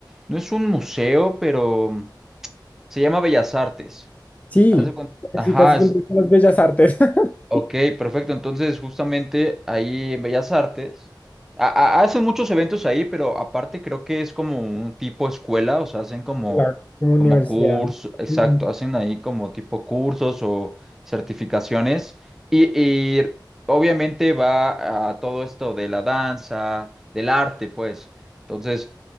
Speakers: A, in the centre; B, on the left.
A: no es un museo, pero se llama Bellas Artes.
B: sí,
A: Haz de cuenta-
B: casi
A: Ajá,
B: casi siempre
A: es-
B: son las bellas artes, <laughs>
A: Ok, perfecto. Entonces, justamente ahí en Bellas Artes, a- a- hacen muchos eventos ahí, pero aparte creo que es como un tipo escuela, o sea, hacen como,
B: la, como
A: como
B: universidad.
A: curso, exacto,
B: Mm,
A: hacen ahí como tipo cursos o certificaciones. Y, y obviamente va a todo esto de la danza, del arte, pues. Entonces,